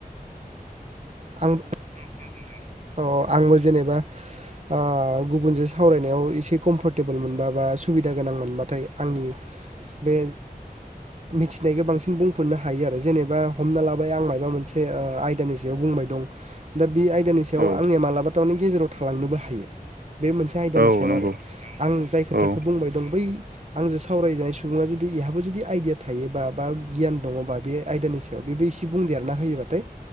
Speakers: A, on the right; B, on the right.
A: <inaudible> औ आंबो जेनेबा अ गुबुनजों सावरायनायाव एसे कमफर्टेबोल मोनबा बा सुबिदा गोनां मोनबाथाय आंनि बे मिथिनायखौ बांसिन बुंफिननो हायो आरो जेनेबा हमना लाबाय आं माबा मोनसे आयदानि सायाव बुंबाय दं <unintelligible> बे आयदानि सायाव
B: औ
A: आंनिया मालाबा <unintelligible> गेजेराव थालांनोबो हायो बे मोनसे आयदानि
B: औ
A: सायाव
B: नंगौ
A: आरो आं जाय खोथाखौ
B: औ
A: बुंबाय दं बै आंजों सावरायजानाय सुबुङा जुदि बेहाबो जुदि आइदिया थायोबा बा गियान दङबा बे आयदानि सायाव बेबो एसे बुं देरना होयोबाथाय